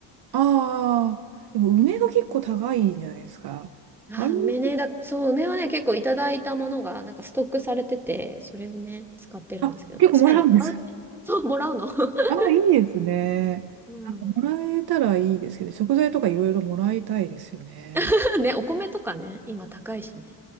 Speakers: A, on the right; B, in the centre.
A: ああ。でも梅が結構高いんじゃないですか。
B: あー、
A: あれも結構、
B: 梅ね。だ、そう、梅はね、結構いただいたものが、なんかストックされてて、それをね、使ってるんですけど、
A: あ、結構もらうんです。
B: 確かに買うって、そう、もらうの。<laughs>
A: あ、いいですね。
B: うん。
A: なんかもらえたらいいですけど、食材とかいろいろもらいたいですよね。
B: <laughs> ね、お米とかね、今高いしね。